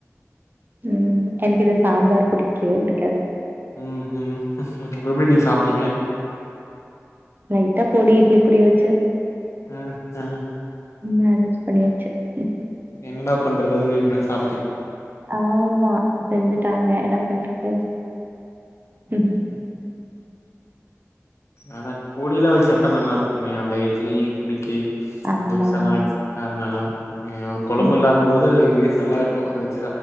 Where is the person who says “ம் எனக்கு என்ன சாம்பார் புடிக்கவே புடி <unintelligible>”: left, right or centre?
Right